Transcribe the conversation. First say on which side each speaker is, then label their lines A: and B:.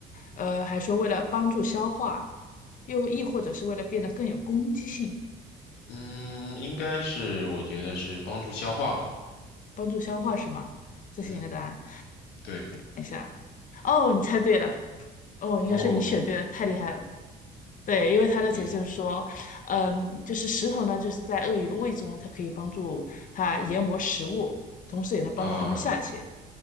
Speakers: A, on the left; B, on the left.
A: 呃，还说为了帮助消化，又亦或者是为了变得更有攻击性，
B: 嗯，应该是，我觉得是帮助消化吧。
A: 帮助消化是吗？这是你的答案。
B: 嗯，对，
A: 等一下啊，哦，你猜对了，哦，
B: 哦，
A: 应该是你选对了，太厉害了。对，因为他的解释就是说，
B: 对对
A: 嗯，就是石头呢，就是在鳄鱼的胃中呢，它可以帮助它研磨食物，同时也能帮助它们下潜。
B: 啊，